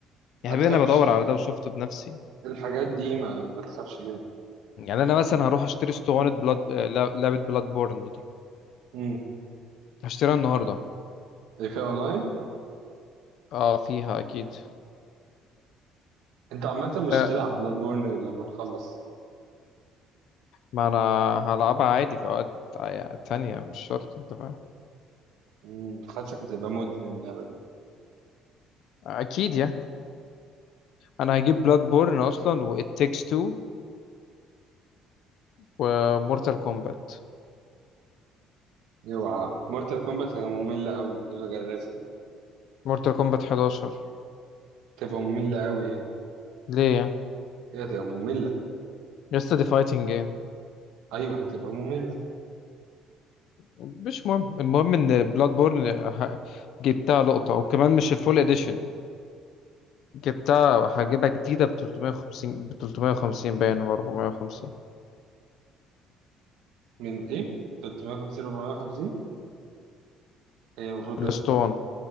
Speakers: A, on the left; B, on the right.
A: يا
B: ما
A: حبيبي
B: تخافش
A: انا بدور على ده وشفته بنفسي
B: الحاجات دي ما ما تخافش منها
A: يعني انا مثلا هروح اشتري اسطوانه بلاد آه، لا- لعبه بلاد بورن دي
B: امم
A: هشتريها النهارده
B: ايه في اونلاين
A: اه فيها اكيد
B: انت عامه مش
A: آه
B: تلعب بلاد بورن غير لما نخلص
A: ما انا هلعبها عادي في اوقات تانية مش شرط انت فاهم
B: امم حاسسك هتبقى مدمن اللعبه دي
A: اكيد يعني انا هجيب بلاد بورن اصلا و It Takes Two ومورتال كومبات
B: اوعى مورتال كومبات هتبقى ممله قوي ايه الغلاسه دي
A: مورتال كومبات 11
B: تبقى ممله قوي يعني
A: ليه يعني
B: ايه هتبقى ممله
A: لسه دي فايتنج جيم
B: ايوه هتبقى مملة
A: مش مهم المهم ان بلاد بورن ه- جبتها لقطة وكمان مش الفول اديشن جبتها هجيبها جديدة ب 350 ب 350 باين ولا 450
B: من ايه 350 450 هي المفروض
A: الاسطوانة
B: تبقى بكام